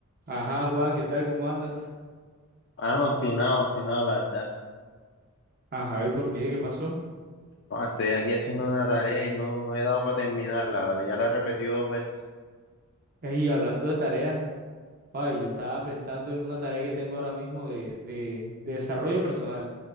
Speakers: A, on the right; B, on the left.
A: Ajá, Juan, ¿qué tal? ¿Cómo andas?
B: Ah, no, obstinado, obstinado, la verdad.
A: Ajá, ¿y por qué? ¿Qué pasó?
B: Ah, estoy aquí haciendo una tarea y no, no he dado para terminarla, ¿vale? Ya la he repetido dos veces.
A: Y hablando de tareas, ay, yo estaba pensando en una tarea que tengo ahora mismo de, de, de desarrollo personal